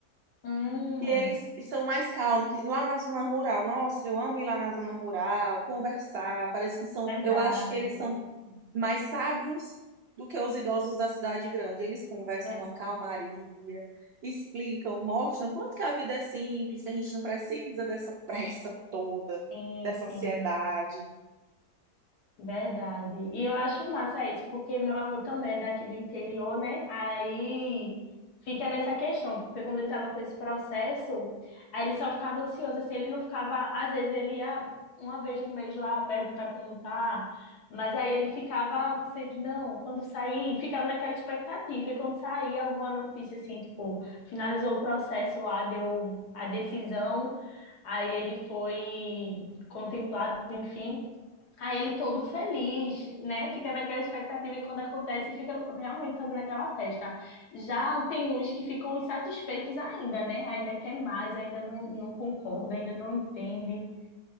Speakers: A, on the left; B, on the right.
A: Hum,
B: que eles são mais calmos, que lá na zona rural. Nossa, eu amo ir lá na zona rural, conversar. Parece que são,
A: verdade,
B: eu acho que eles são mais sábios do que os idosos da cidade grande. Eles conversam
A: verdade.
B: numa calmaria, explicam, mostram quanto que a vida é simples, que a gente não precisa dessa pressa toda,
A: Sim,
B: dessa
A: sim.
B: ansiedade.
A: Verdade. E eu acho massa isso, porque meu avô também é daqui do interior, né? Aí fica nessa questão, porque quando ele estava com esse processo, aí ele só ficava ansioso, assim, ele não ficava, às vezes ele ia uma vez no mês lá perguntar como tá, mas aí ele ficava sempre, não, quando sair, ficava naquela expectativa, e quando saía alguma notícia assim, tipo, finalizou o processo lá, deu a decisão, aí ele foi contemplado, enfim. Aí ele todo feliz, né? Fica naquela expectativa e quando acontece, fica realmente fazendo aquela festa. Já tem uns que ficam insatisfeitos ainda, né? Ainda quer mais, ainda não, não concorda, ainda não entende.